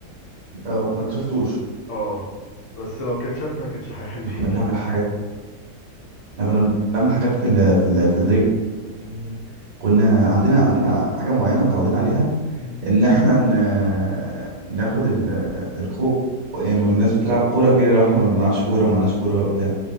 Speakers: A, on the right; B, on the left.
A: اه ما شفتوش
B: اه بس لو كان شافني ما كانش هيحلني
A: كنا بنعمل حاجات احنا كنا بنعمل حاجات في ال في ال في البريك
B: <laughs> مم.
A: كنا عندنا عندنا حاجه معينه متعودين عليها
B: مم.
A: ان احنا ن- ناخد ال- الكو يعني والناس بتلعب كوره كده لو احنا ما بنعرفش كوره ومعناش كوره بقى وبتاع